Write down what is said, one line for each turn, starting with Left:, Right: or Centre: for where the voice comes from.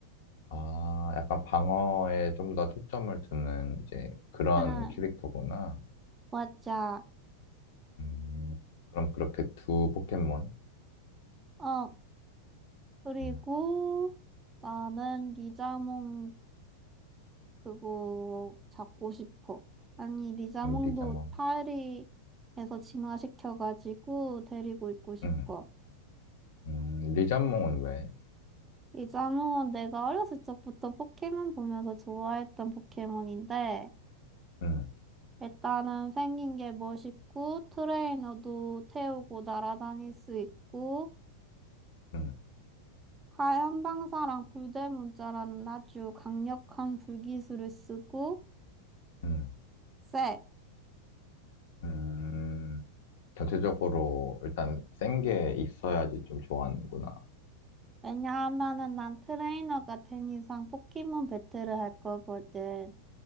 Left: 아, 약간 방어에 좀 더 초점을 두는 이제 그런
Right: 응,
Left: 캐릭터구나.
Right: 맞아.
Left: 음, 그럼 그렇게 두 포켓몬?
Right: 어, 그리고
Left: 음,
Right: 나는 리자몽 그거 잡고 싶어. 아니, 리자몽도
Left: 음, 리자몽.
Right: 파리에서 진화시켜가지고 데리고 있고 싶어.
Left: 음, 음, 리자몽은 왜?
Right: 리자몽은 내가 어렸을 적부터 포켓몬 보면서 좋아했던 포켓몬인데,
Left: 음,
Right: 일단은 생긴 게 멋있고, 트레이너도 태우고 날아다닐 수 있고,
Left: 음,
Right: 하얀 방사랑 불대문자라는 아주 강력한 불기술을 쓰고,
Left: 음,
Right: 쎄.
Left: 음, 전체적으로 일단 센 게 있어야지 좀 좋아하는구나.
Right: 왜냐하면은 난 트레이너가 된 이상 포켓몬 배틀을 할 거거든.